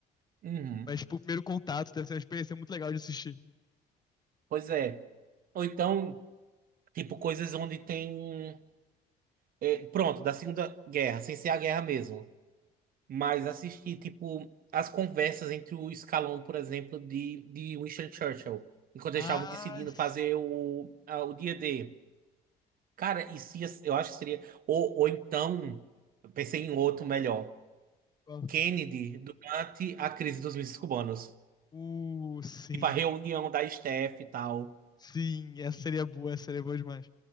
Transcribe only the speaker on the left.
Mas, tipo, o primeiro contato deve ser uma experiência muito legal de assistir.
Ah,
sim.
Ó.
Uh, sim.
Sim, essa seria boa, essa seria boa demais.